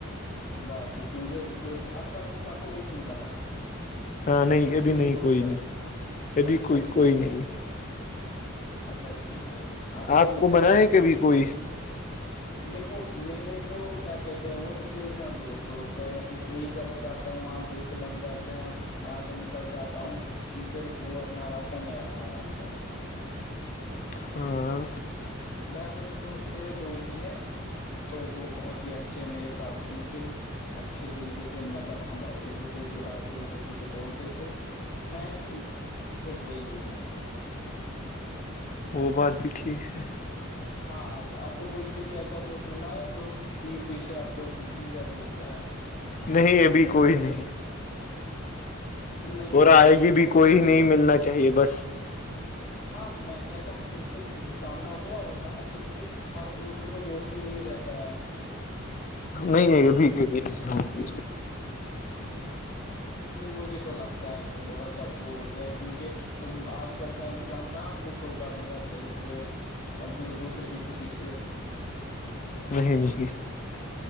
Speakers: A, on the left (about 65°); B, on the left (about 35°).
A: بس کیونکہ وہ اچھا دوست آب کو کوئی نہیں بنا
B: ہاں نہیں
A: بہترین
B: ابھی نہیں
A: دوست
B: کوئی
A: ہے
B: نہیں ابھی
A: اچھا
B: کوئی
A: ٹھیک
B: کوئی نہیں
A: ہے اچھا ٹھیک ہے کے
B: آپ
A: کوئی
B: کو
A: کزنس
B: منا ہے
A: وزنس
B: کبھی کوئی
A: دیکھو میرے تو کیا کہتے ہیں وہ اوکیجنل دوست ہوتے ہیں ایک کہیں جگہ جاتا ہوں وہاں دوست بن جاتا ہے وہاں سے نکل جاتا ہوں پھر وہ اپنا راستہ میں اپنا راستہ
B: ہاں
A: بہترین دوست میرے دو ہی ہیں تو وہ بہت ہی اچھے میرے ساتھی تھے اچھے طریقے سے مطلب ہم ایک دوسرے کے باتیں ایک دوسرے کو بولتے تھے ہیں بھی تو وہی ہے
B: وہ بات بھی ٹھیک ہے
A: ہاں آپ کو کوئی کبھی ایسا دوست مل رہا ہے جو پیٹ پیچھے آپ کو کھنجر بوکتا ہے
B: نہیں ابھی کوئی نہیں
A: نہیں
B: توورا
A: میرے
B: آئے گی
A: تو
B: بھی
A: بہت
B: کوئی
A: ملے
B: نہیں ملنا چاہیے بس
A: ہاں میں کہتا ہوں کبھی تو سامنا ہوا ہوگا نا کیونکہ ہر دوست تو دوست ہی نہیں رہتا ہے
B: نہیں ہے ابھی نہیں ہ گی
A: مجھے تو لگتا ہے بہت سب کو ہوتے ہیں کیونکہ آج کل کا انسان کہاں خوش ہوگا مطلب اس سے اب دو دوسرے کی خوشی سے
B: نہیں نہیں